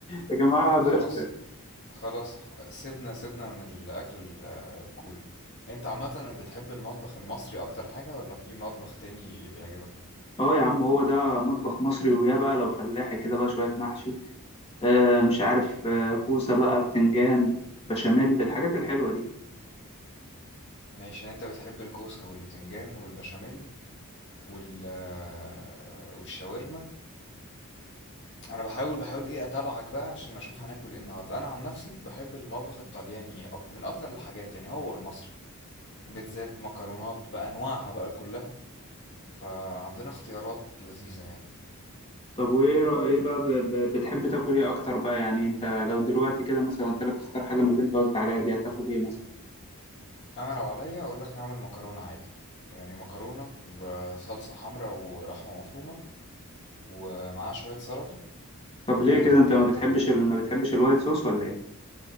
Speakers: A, on the left (about 25°); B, on the left (about 55°).
A: يا جماعه
B: طب
A: بلاش
B: خلاص
A: ت-
B: خلاص سيبنا سيبنا من الأكل الكوري أنت عامة بتحب المطبخ المصري أكتر حاجة ولا في مطبخ تاني بيعجبك؟
A: اه يا عم هو ده مطبخ مصري ويا بقى لو فلاحي كده بقى شويه محشي آه، مش عارف آه، كوسة بقى بتنجان بشاميل الحاجات الحلوة دي
B: ماشي يعني أنت بتحب الكوسة والبتنجان والبشاميل وال آه، والشاورما أنا بحاول بحاول إيه أتابعك بقى عشان أشوف هناكل إيه النهاردة أنا عن نفسي بحب المطبخ الطلياني أك- من أكتر الحاجات يعني هو المصري بيتزات مكرونات بأنواعها بقى كلها فعندنا اختيارات لذيذة يعني
A: طب وإيه رأي- إيه بقى ب- ب- بتحب تاكل إيه أكتر بقى يعني أنت لو دلوقتي كده مثلا قلت لك اختار حاجة من اللي أنت قلت عليها دي هتاكل إيه مثلا
B: أنا لو عليا أقول لك نعمل مكرونة عادي يعني مكرونة بصلصة حمراء ولحمة مفرومة ومعاها شوية سلطة هيبقى
A: طب ليه كده أنت
B: مية
A: ما
B: مية
A: بتحبش ال... ما بتحبش الوايت صوص ولا إيه؟